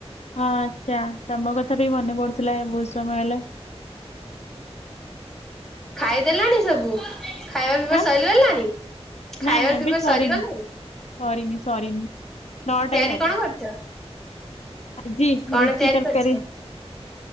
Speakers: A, on the left; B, in the centre.
A: ହଁ ଆଚ୍ଛା ତମ କଥା ବି ମନେ ପଡୁଥିଲା ବହୁତ ସମୟ ହେଲା।
B: ଖାଇଦେଲାଣି ସବୁ। ଖାଇବା ପିଇବା
A: ଆଁ
B: ସଇଲିଗଲାଣି ଖାଇବା
A: ନା ନା ଏବେ
B: ପିଇବା
A: ସରିନି
B: ସରିଗଲାଣି।
A: ସରିନି ସରିନି। ନଅଟାରେ
B: ତିଆରିି
A: ହବ
B: କଣ କରିଚ?
A: ଆଜି
B: କଣ
A: ରୁଟି
B: ତିଆରି
A: ତରକାରୀ
B: କରିଚ?